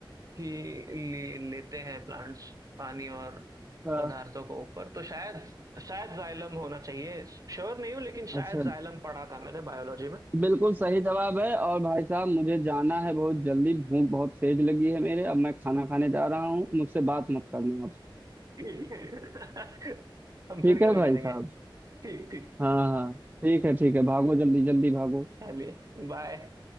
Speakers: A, on the right (about 45°); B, on the right (about 20°).
A: ही ले, लेते हैं प्लांट्स पानी और
B: अ,
A: पदार्थों को ऊपर तो शायद शायद जाइलम होना चाहिए श्योर नहीं हूँ लेकिन
B: अच्छा
A: शायद जाइलम पढ़ा था मैंने बायोलॉजी में
B: बिल्कुल सही जवाब है और भाई साहब मुझे जाना है बहुत जल्दी भूख बहुत तेज लगी है मेरे अब मैं खाना खाने जा रहा हूँ मुझसे बात मत करना आप
A: ठीक है <laughs> हम फिर
B: ठीक है
A: कभी
B: भाई
A: करेंगे
B: साहब
A: <laughs> ठीक ठीक
B: हाँ हाँ ठीक है ठीक है भागो जल्दी जल्दी भागो
A: चलिए बाय